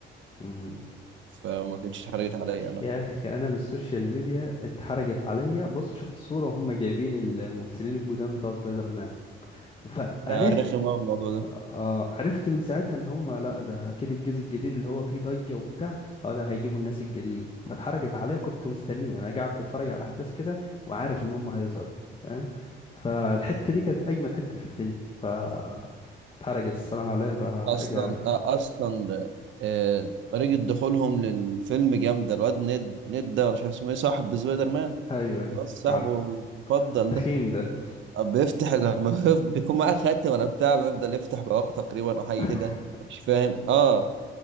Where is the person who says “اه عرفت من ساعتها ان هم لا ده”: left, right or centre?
Left